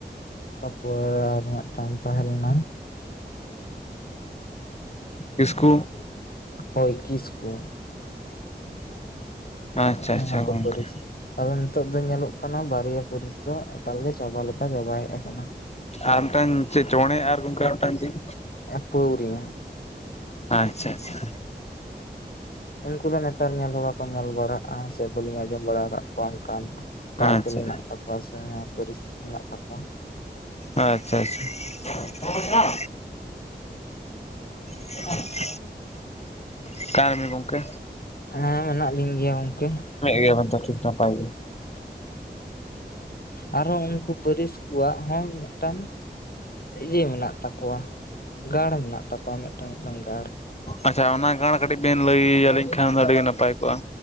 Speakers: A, on the left (about 60°); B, on the left (about 35°).
A: ᱛᱟᱯᱚᱨ ᱟᱨ ᱢᱤᱫᱴᱟᱝ ᱛᱟᱦᱮᱸ ᱞᱮᱱᱟ
B: ᱤᱥᱠᱩ
A: ᱦᱳᱭ ᱠᱤᱥ ᱠᱩ
B: ᱟᱪᱪᱷᱟ
A: ᱦᱮᱸ
B: ᱟᱪᱪᱷᱟ
A: ᱦᱟᱠᱳ
B: ᱜᱚᱝᱠᱮ
A: ᱯᱟᱨᱤᱥ ᱟᱫᱚ ᱱᱤᱛᱚᱜ ᱫᱚ ᱧᱮᱞᱚᱜ ᱠᱟᱱᱟ ᱵᱟᱨᱭᱟ ᱯᱟᱨᱤᱥ ᱫᱚ ᱮᱠᱟᱞ ᱜᱮ ᱪᱟᱵᱟ ᱞᱮᱠᱟ ᱪᱟᱵᱟ ᱦᱮᱡ ᱟᱠᱟᱱᱟ
B: ᱟᱨ ᱢᱤᱴᱟᱝ ᱪᱮᱫ ᱪᱚᱬᱮ ᱟᱨ ᱜᱚᱝᱠᱮ ᱢᱤᱴᱟᱝ ᱪᱮᱫ
A: ᱮᱯ ᱯᱟᱹᱣᱨᱤᱭᱟᱹ
B: ᱟᱪᱪᱷᱟ ᱟᱪᱪᱷᱟ
A: ᱩᱱᱠᱩ ᱫᱚ ᱱᱮᱛᱟᱨ ᱧᱮᱞ ᱦᱚᱸ ᱵᱟᱠᱚ ᱧᱮᱞ ᱵᱟᱲᱟᱜᱼᱟ ᱥᱮ ᱵᱟᱞᱤᱧ ᱟᱸᱡᱚᱢ ᱵᱟᱲᱟ ᱟᱠᱟᱫ ᱠᱚᱣᱟ ᱴᱟᱭᱴᱮᱞ
B: ᱟᱪᱪᱷᱟ
A: ᱢᱮᱱᱟᱜ ᱛᱟᱠᱚᱣᱟ ᱥᱮ ᱯᱚᱨᱤᱥᱛᱷᱤᱛ ᱢᱮᱱᱟᱜ ᱛᱟᱠᱚᱣᱟ
B: ᱟᱪᱪᱷᱟ ᱪᱷᱟ <inaudible> ᱚᱠᱟᱭ ᱱᱟᱵᱤᱱ ᱜᱚᱢᱠᱮ
A: ᱦᱮᱸ ᱢᱮᱱᱟᱜ ᱞᱤᱧ ᱜᱮᱭᱟ ᱜᱚᱝᱠᱮ
B: ᱜᱮᱭᱟᱵᱮᱱ ᱛᱚ ᱴᱷᱤᱠ ᱱᱟᱯᱟᱭ ᱜᱮ
A: ᱟᱨᱦᱚ ᱩᱱᱠᱩ ᱯᱟᱹᱨᱤᱥ ᱠᱚᱣᱟᱜ ᱦᱚᱸ ᱢᱤᱫᱴᱟᱝ ᱤᱭᱟ ᱢᱮᱱᱟᱜ ᱛᱟᱠᱚᱣᱟ ᱜᱟᱲ ᱢᱮᱱᱟᱜ ᱛᱟᱠᱚᱣᱟ ᱢᱤᱫᱴᱟᱝ ᱜᱟᱲ
B: ᱟᱪᱪᱷᱟ ᱚᱱᱟ ᱜᱟᱲ ᱠᱟᱹᱴᱤᱡ ᱵᱤᱱ ᱞᱟᱹᱭ ᱟᱹᱞᱤᱧ ᱠᱷᱟᱱ ᱫᱚ ᱟᱹᱰᱤ ᱜᱮ ᱱᱟᱯᱟᱭ ᱠᱚᱜᱼᱟ